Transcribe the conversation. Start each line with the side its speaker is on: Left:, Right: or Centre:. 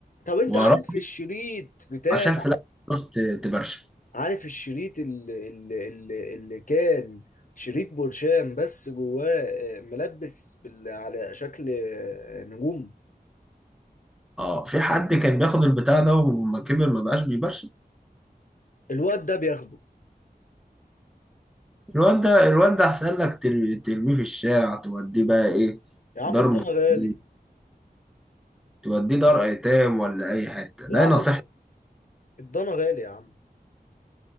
Left: طب انت
Centre: وراك
Left: عارف الشريط بتاع
Centre: عشان في الاخر تروح ت- تبرشم
Left: عارف الشريط اللي, اللي, اللي, اللي كان شريط برشام بس جواه آه، ملبس بال- على شكل آه، نجوم
Centre: اه في حد كان بياخد البتاع ده وما كبر ما بقاش بيبرشم
Left: الواد ده بياخده
Centre: الواد ده الواد ده احسن لك تر- ترميه في الشارع توديه بقى ايه
Left: يا عم
Centre: دار
Left: الضنا
Centre: مسنين
Left: غالي
Centre: توديه دار ايتام ولا اي حته
Left: يا
Centre: ده
Left: عم
Centre: نصيحتي
Left: الضنا غالي يا عم